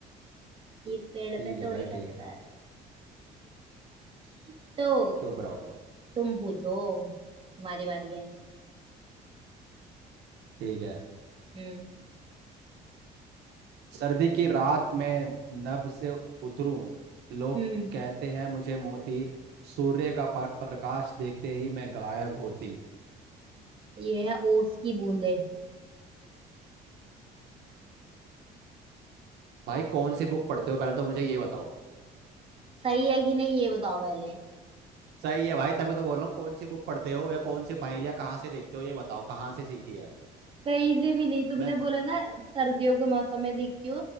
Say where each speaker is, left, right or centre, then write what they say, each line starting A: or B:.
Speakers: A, on the right (about 30°); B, on the right (about 75°).
A: ये पेड़
B: ठीक
A: पे
B: है
A: थोड़ी
B: भाई
A: लगता
B: ठीक है
A: है <laughs> तो
B: चुप रहो लोग
A: तुम पूछो तुम्हारी बारी है
B: ठीक है
A: हम्म
B: सर्दी की रात में नभ से उतरूं लोग
A: हम्म
B: कहते हैं मुझे मोती सूर्य का प- प्रकाश देखते ही मैं गायब होती
A: ये है ओस की बूंदे
B: भाई कौन सी बुक पढ़ते हो पहले तो मुझे ये बताओ
A: सही है कि नहीं ये बताओ पहले
B: सही है भाई तभी तो बोल रहा हूँ कौन सी बुक पढ़ते हो या कौन सी पहेलियाँ कहाँ से देखते हो ये बताओ कहाँ से सीखी है
A: कहीं से भी नहीं तुमने
B: मैं
A: बोला ना सर्दियों के मौसम में दिखती हो